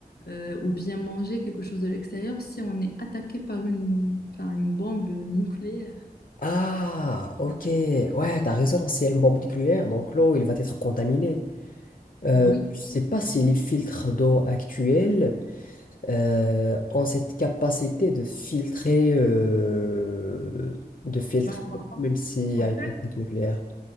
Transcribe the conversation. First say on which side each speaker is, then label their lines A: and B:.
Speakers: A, on the left (about 85°); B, on the left (about 60°).
A: euh, ou bien manger quelque chose de l'extérieur si on est attaqué par une, enfin, une bombe nucléaire?
B: ah, ok, ouais, t'as raison, s'il y a une bombe nucléaire, donc l'eau, il va être contaminé. Euh,
A: Ben oui.
B: je ne sais pas si les filtres d'eau actuels euh, ont cette capacité de filtrer, euh, de filtrer,
A: Ben,
B: même s'il y
A: en
B: a
A: fait,
B: une attaque nucléaire.